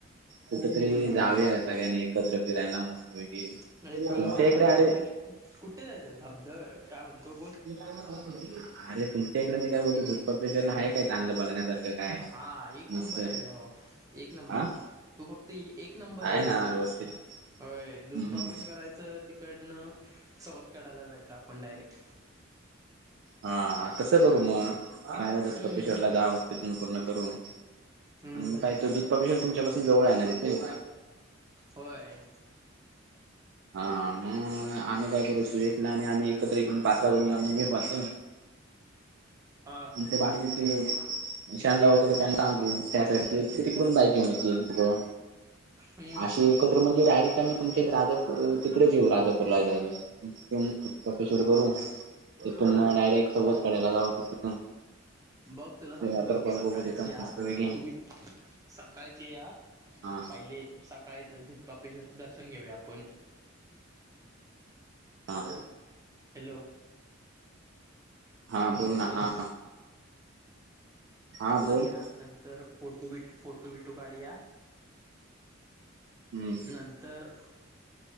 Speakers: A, on the right; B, on the right.
A: कुठ तरी
B: हम्म
A: जाऊया सगळ्यांनी एकत्र फिरायला मस्तपैकी,
B: नाही
A: तुमच्या
B: तुला तुम्हाला
A: इकडं अरे.
B: आपण कुठे जायचंय धबधब काय म्हणतो बोल.
A: अरे तुमच्या इकडे मी काय बोलतो धुधपापेश्वरला आहे काय चांगलं बघण्यासारखं? काय?
B: हां. एक
A: मस्त
B: नंबर आहे रे, भावा एक नंबर.
A: हा
B: तू फक्त ह एक नंबर आहे.
A: ना व्यवस्थित
B: होय धुधपापेश
A: हम्म हम्म
B: करायचं तिकडनं, सवतकड्याला जायचं आपण डायरेक्ट.
A: हा तसं करू मग का
B: हम्म
A: पप्पेश्वरला जाव तिथून पूर्ण करू. आणि
B: हम्म
A: मग काय त दुधपापेशवर तुमच्या पाासून जवळ आहे ना तिथे?
B: होय.
A: हा मग आम्ही काय करू सुयशला आणि आम्ही एकत्रकडून पाचकडून आम्ही निरवाचो.
B: हा.
A: ते बाहेर घेते. शानला वगैरे त्यांना सांगू त्यासाठी तिकडून बाईक घेऊन येतील तुकं
B: हम्म
A: अशी एकत्र म्हणजे डायरेक्ट आम्ही. तुमच्या राजापूर तिकडेच येऊ राजापूरला डायरेक्ट. सपे सुरू करू तथून मग डायरेक्ट सवत
B: अ
A: काढयला जावा तिथ.
B: बघ तुला सांगतो,
A: वॉटरफॉल
B: सकाळीच
A: बघू तिथं
B: या
A: मस्त पैकी
B: तुम्ही सकाळच ये या,
A: हा
B: पहिले सकाळीच धुधपापेश्वरचं दर्शन घेऊया आपण.
A: हा.
B: हॅलो.
A: हा बोल ना
B: हॅलो
A: हा. हा
B: त
A: बोल
B: नंतर फोटो बिटो फोटू बिटो काढुया.
A: हम्म
B: नंतर